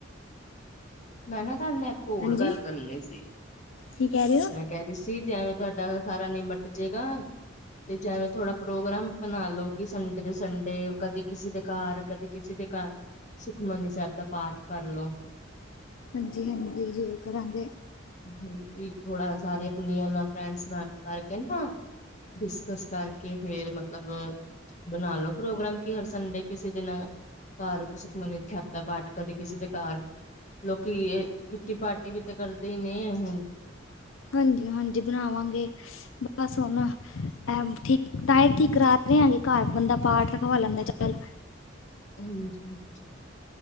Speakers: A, on the left; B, on the left.
A: ਮੈਂ ਨਾ ਤੁਹਾਡੇ ਨਾਲ ਇੱਕ ਹੋਰ
B: ਹਾਂਜੀ
A: ਗੱਲ ਕਰਨੀ ਸੀ
B: ਕੀ ਕਹਿ ਰਹੇ ਹੋ?
A: ਮੈਂ। ਕਹਿ ਰਹੀ ਸੀ। ਜਿਵੇਂ ਤੁਹਾਡਾ ਸਾਰਾ ਨੀਮਟ ਜੇਗਾ। ਤੇ ਜਿਵੇਂ ਥੋੜਾ ਪ੍ਰੋਗਰਾਮ ਬਣਾ ਲਓ। ਕਿ ਸੰਡੇ ਦੇ ਸੰਡੇ ਕਦੀ ਕਿਸੇ ਦੇ ਘਰ ਕਦੀ ਕਿਸੇ ਦੇ। ਘਰ ਸੁਖਮਨੀ ਸਾਹਿਬ ਦਾ ਪਾਠ ਕਰਲੋ।
B: ਹਾਂਜੀ! ਹਾਂਜੀ! ਜ਼ਰੂਰ ਕਰਾਂਗੇ।
A: ਹਾਂਜੀ! ਥੋੜ੍ਹਾ ਸਾਰੇ ਆਪਣੀਆਂ ਨਾ ਫਰੈਂਡਸ ਨਾਲ ਕਰਕੇ ਨਾ। ਡਿਸਕਸ ਕਰਕੇ ਫੇਰ ਮਤਲਬ। ਬਣਾ ਲਓ ਪ੍ਰੋਗਰਾਮ, ਕਿ ਹਰ ਸੰਡੇ ਕਿਸੇ ਦਿਨ। ਘਰ, ਸੁਖਮਨੀ ਸਾਹਿਬ ਦਾ ਪਾਠ ਕਦੀ ਕਿਸੇ ਦੇ ਘਰ। ਲੋਕੀਂ, ਇਹ ਕਿੱਟੀ ਪਾਰਟੀ ਵੀ ਤੇ ਕਰਦੇ ਹੀ ਨੇ ਹੁਣ।
B: ਹਾਂਜੀ- ਹਾਂਜੀ ਬਣਾਵਾਂਗੇ। ਬੱਸ ਉਹ ਨਾ ਐ ਠੀਕ। ਟਾਈਟੀ ਕੀ ਕਰਾ ਦਿਆਂ ਗੇ ਘਰ ਬੰਦਾ ਪਾਠ ਰਖਵਾ ਲੈਂਦਾ ਹੈ। ਅੱਜ-ਕੱਲ।
A: ਹਾਂਜੀ-ਹਾਂਜੀ,